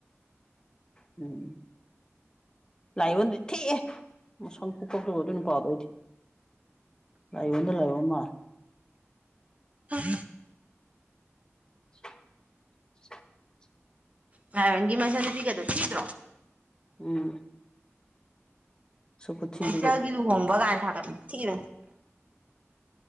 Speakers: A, on the left (about 15°); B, on the right (about 30°).
A: ꯎꯝ ꯂꯥꯏꯑꫭꯟꯗꯤ ꯊꯤꯑꯦ ꯃꯁꯝ ꯈꯨꯀꯛꯇꯨꯒ ꯑꯗꯨꯢ ꯅꯨꯄꯥꯗꯨ ꯑꯩꯗꯤ ꯂꯥꯏꯌꫭꯟ ꯗ ꯂꯥꯏꯌꫭꯟ ꯃꯥꯜꯂꯤ
B: ꯎꯝ
A: <inaudible>
B: ꯥꯂꯤꯌꯣꯟꯒꯤ ꯃꯆꯟ ꯅꯨꯄꯤꯒꯗꯨ ꯊꯤꯗ꯭ꯔꯣ
A: ꯎꯝ ꯁꯛ ꯈꯨꯊꯤꯗꯨꯒ
B: ꯏꯆꯜꯒꯤ ꯂꯨꯍꯣꯡꯕ ꯀꯥꯏꯅ ꯊꯥꯒꯠꯄ ꯊꯤꯗꯨ